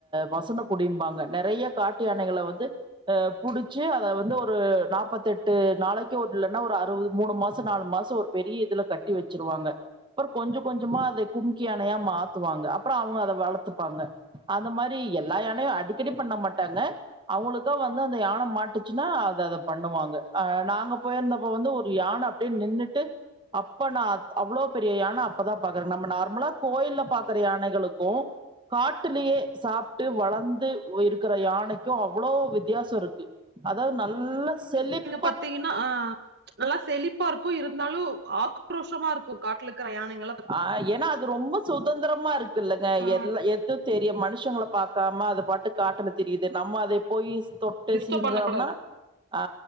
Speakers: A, on the right (about 20°); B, on the right (about 50°).
A: மசனக் குடின்பாங்க நெறைய காட்டு யானைகள வந்து அ புடிச்சி அத வந்து ஒரு நாப்பத்தெட்டு நாளைக்கு ஒரு இல்லன்னா ஒரு அறுபது மூணு மாசோ நாலு மாசோ ஒரு பெரிய இதுல கட்டி வச்சிருவாங்க அப்புறோ கொஞ்ச கொஞ்சமா அத கும்கி யானையா மாத்துவாங்க அப்புறோ அவுங்க அத வளர்த்துப்பாங்க அத மாரி எல்லா யானையு அடிக்கடி பண்ண மாட்டாங்க அவுங்களுக்கா வந்து அந்த யான மாட்டுச்சுன்னா அத அத பண்ணுவாங்க அ நாங்க போயிருந்தப்ப வந்து ஒரு யான அப்டே நின்னுட்டு அப்ப நா அத் அவ்ளோ பெரிய யான அப்பதா பாக்குறங் நம்ம நார்மலா கோயில பாக்குற யானைகளுக்கு காட்டுலியே சாப்ட்டு வளர்ந்து இருக்கிற யானைக்கு அவ்ளோ வித்தியாசோ இருக்கு அதாவது நல்ல செலிப்
B: பாத்தீங்கனா ஆ நல்லா செழிப்பா இருக்கு இருந்தாலு ஆக்ரோஷமா இருக்கு காட்லுக்குர யானைங்க
A: ஆ ஏனா அது ரொம்ப சுதந்தரமா இருக்கு இல்லங்க
B: ஆ
A: எல்லா எது தெரியு மனுஷங்கள பாக்காம அத பாட்டு காட்டுல திரியுது நம்ம அதை போயி தொட்டு
B: டிஸ்டர்ப்
A: சீன்றம்னா
B: பண்ண கூடாது
A: ஆ